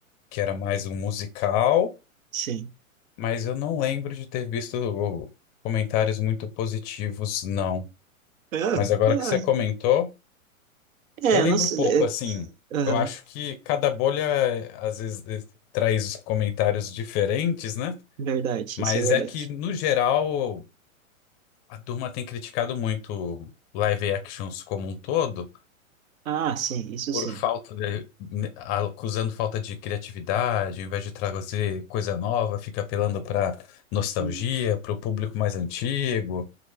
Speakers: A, on the left; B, on the right.
A: que era mais um musical,
B: Sim.
A: mas eu não lembro de ter visto oh, comentários muito positivos, não.
B: Ah,
A: Mas agora
B: ah.
A: que você comentou
B: É,
A: Eu
B: eu
A: lembro
B: não sei.
A: pouco, assim.
B: é, Aham,
A: Eu acho que cada bolha eh, às vezes eh, traz comentários diferentes, né?
B: Verdade,
A: Mas
B: isso é verdade.
A: é que, no geral, a turma tem criticado muito live actions como um todo,
B: Ah, sim, isso
A: por
B: sim.
A: falta de, né, acusando falta de criatividade, ao invés de trazer coisa nova, fica apelando para nostalgia,
B: Hum.
A: para o público mais antigo